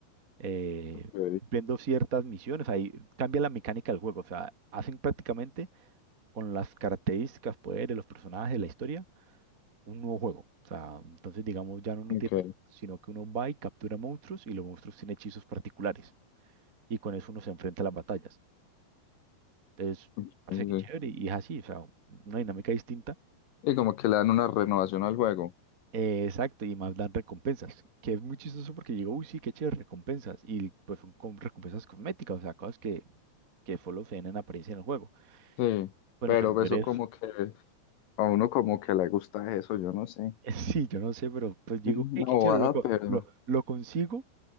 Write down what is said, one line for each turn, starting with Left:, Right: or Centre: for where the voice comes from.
Right: eh,
Left: Ok,
Right: viendo ciertas misiones. Ahí cambia la mecánica del juego. O sea, hacen prácticamente con las características, poderes, los personajes, la historia, un nuevo juego. O sea, entonces, digamos, ya no uno
Left: ok,
Right: tiene, sino que uno va y captura monstruos y los monstruos tienen hechizos particulares. Y con eso uno se enfrenta a las batallas. Entonces,
Left: sí,
Right: parece que
Left: sí.
Right: chévere y es así, o sea, una dinámica distinta.
Left: Y como que le dan una renovación al juego.
Right: Eh, exacto, y más dan recompensas, que es muy chistoso porque digo uy, sí, qué chévere, recompensas. Y pues son con recompensas cosméticas, o sea, cosas que, que solo se ven en apariencia en el juego.
Left: Sí,
Right: Pues
Left: pero
Right: los servidores,
Left: eso como que a uno como que le gusta eso, yo no sé.
Right: <laughs> sí, yo no sé, pero pues digo,
Left: Sí, Una
Right: "Ey, qué
Left: bobada,
Right: chévere, loco,
Left: pero
Right: lo, lo lo consigo,